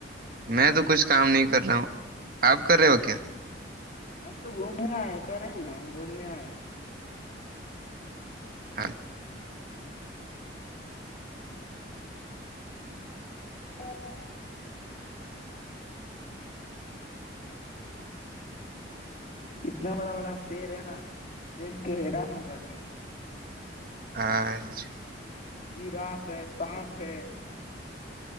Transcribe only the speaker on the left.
ہم تو گھومنے آئے کرے نا ہم گھومنے آئے
اورو <unintelligible> اتنا بڑا بڑا شیر ہے نا دیکھ کے حیران ہو جاتے ہیں
جیراف ہے سانپ ہے